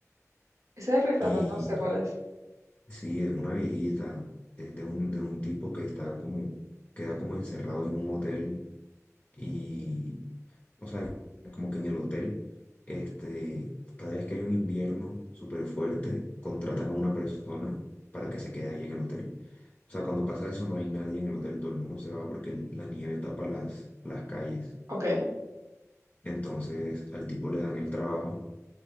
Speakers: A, on the right; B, on the left.
A: Ese es el resplandor,
B: y
A: no sé cuál es.
B: Sí, es una viejita, es de un, de un tipo que está como, queda como encerrado en un hotel y, o sea, como que en el hotel, este, cada vez que hay un invierno súper fuerte, contratan a una persona para que se quede ahí en el hotel. O sea, cuando pasa eso no hay nadie en el hotel, todo el mundo se va porque el- la nieve tapa las, las calles.
A: Ok,
B: Entonces al tipo le dan el trabajo